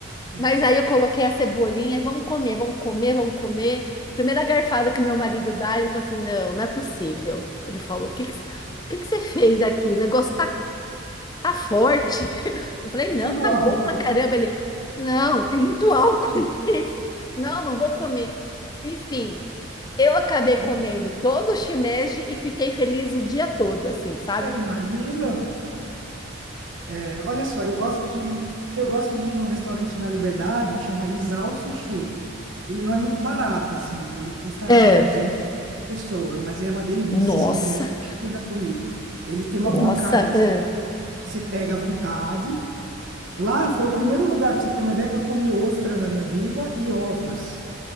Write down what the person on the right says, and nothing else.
Pois
é.
Puro
álcool.
Hum,
É, imagino. É, olha só, eu gosto de eu gosto de ir num restaurante na Liberdade que chama Isao Sushi. Ele não é muito barato, assim, ele custa
uns 200 por pessoa, mas é uma delícia,
assim, é o melhor sushi que eu já comi. Ele tem uma
bancada, assim,
você pega à vontade. Lá foi o primeiro lugar, para você ter uma ideia, que eu comi ostra na minha vida e ovas.